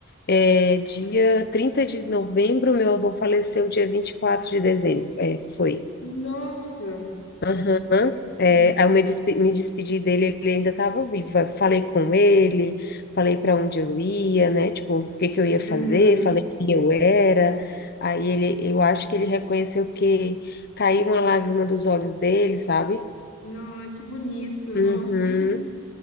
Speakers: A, on the left (about 50°); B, on the left (about 65°).
A: é, dia 30 de novembro, meu avô faleceu dia 24 de dezembro, é, foi.
B: Nossa.
A: Aham.
B: Caraca.
A: É, aí eu me, despe- me despedi dele, ele ainda estava vivo. Eu Falei com ele, falei para onde eu ia, né? Tipo, o que que eu ia
B: Uhum.
A: fazer, falei quem eu era. Aí ele, eu acho que ele reconheceu que caiu uma lágrima dos olhos dele, sabe?
B: Não, que bonito.
A: Uhum.
B: Nossa.